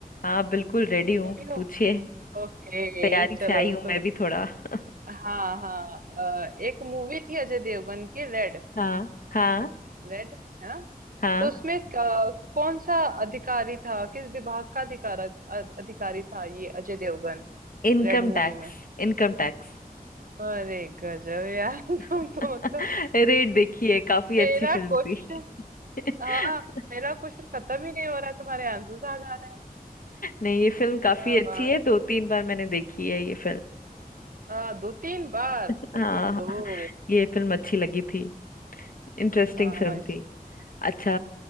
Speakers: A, on the left; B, on the right.
A: हाँ बिल्कुल रेडी
B: रेडी
A: हूँ
B: हो
A: पूछिए
B: ओके
A: तैयारी
B: चलो
A: से आई हूँ
B: तुम
A: मैं भी थोड़ा <laughs>
B: हाँ हाँ अ, एक मूवी थी अजय देवगन की रेड
A: हाँ हाँ
B: रेड है ना
A: हाँ
B: तो उसमें क- कौन सा अधिकारी था किस विभाग का अधिकार अधिकारी था ये अजय देवगन
A: income
B: रेड मूवी
A: tax
B: में
A: Income tax
B: अरे गजब यार <laughs> तुम
A: <laughs>
B: तो मतलब
A: Rate देखिए काफी अच्छी
B: मेरा
A: फिल्म
B: क्वेश्चन
A: थी <laughs>
B: हाँ मेरा क्वेश्चन खत्म ही नहीं हो रहा है तुम्हारे आंसर्स आ जा रहे हैं
A: नहीं ये फिल्म काफी
B: क्या
A: अच्छी
B: बात
A: है दो तीन बार मैंने देखी है ये फिल्म
B: हाँ दो तीन बार
A: हाँ
B: तभी तो
A: ये फिल्म अच्छी लगी थी इंटरेस्टिंग
B: हाँ
A: फिल्म
B: इस
A: थी अच्छा